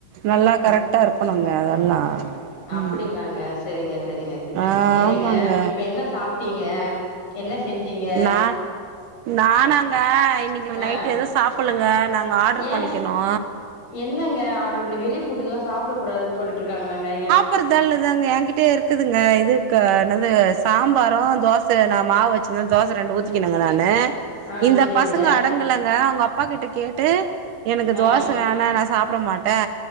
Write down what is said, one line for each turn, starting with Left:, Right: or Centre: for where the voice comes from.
Right: நல்லா கரெக்டா இருக்கணுங்க அதெல்லா
Left: அப்டிங்களாங்க
Right: ம்
Left: செரிங்க செரிங்க செர்
Right: ஆமாங்க
Left: செரிங்க நீங்க இப்ப என்ன சாப்ட்டீங்க என்ன செஞ்சீங்க
Right: நா நானாங்க இன்னிக்கி
Left: ஆ
Right: நைட்டு எதுவு சாப்பல்லங்க நாங்க ஆர்ட்ரு
Left: ஏன்
Right: பண்ணிக்கணு
Left: என்னங்க ஆர்டிரு பண்ணி வெளி ஃப்புட்ல்லா சாப்ட கூடாதுன் சொல்லிட்ருக்காங்ளேங்க ஏ
Right: சாப்பற்றதால்லதாங்க ஏ கிட்டேயே இருக்குதுங்க இது க்கு இன்னேது சாம்பாரோ தோஸ் த நா மாவ் வச்சிந்தே தோச ரெண்டு ஊத்திக்கினேங்க நானு
Left: ஆ
Right: இந்த
Left: சேரிங்க
Right: பசங்க அடங்கலங்க அவுங்க அப்பாகிட்ட கேட்டு எனக்கு
Left: ஆ
Right: தோச வேணா நா சாப்ட மாட்டே